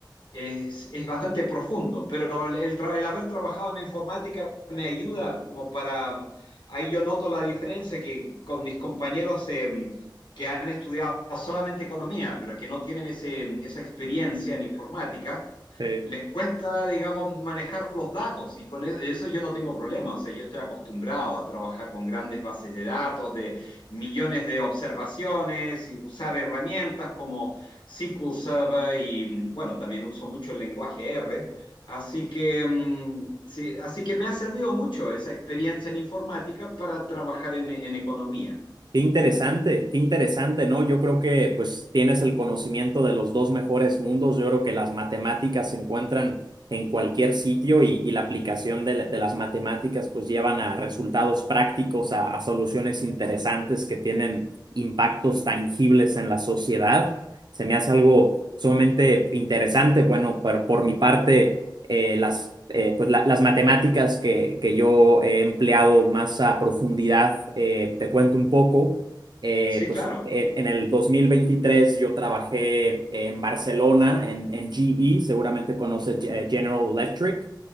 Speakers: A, on the left; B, on the right.
A: es, es bastante profundo, pero el, el el haber trabajado en informática me ayuda como para, ahí yo noto la diferencia que con mis compañeros eh, que han estudiado solamente economía, pero que no tienen ese- esa experiencia en informática
B: sí.
A: les cuesta, digamos, manejar los datos y con e-, eso yo no tengo problema. O sea, yo estoy acostumbrado a trabajar con grandes bases de datos, de millones de observaciones y usar herramientas como SQL Server y, bueno, también uso mucho el lenguaje R. Así que, mm, sí, así que me ha servido mucho esa experiencia en informática para trabajar en, en economía.
B: Qué interesante,
A: ¿ya?
B: qué interesante, ¿no? Yo creo que
A: Bien.
B: pues tienes el conocimiento de los dos mejores mundos. Yo creo que las matemáticas se encuentran en cualquier sitio y, y la aplicación de, la- de las matemáticas pues llevan a resultados prácticos, a, a soluciones interesantes que tienen impactos tangibles en la sociedad. Se me hace algo sumamente interesante. Bueno, por, por mi parte, eh, las, eh, pues la- las matemáticas que, que yo he empleado más a profundidad. eh, te cuento un poco. Eh,
A: Sí,
B: pues
A: claro.
B: en, en el 2023 yo trabajé en Barcelona, en, en GE, seguramente conoces eh, General Electric,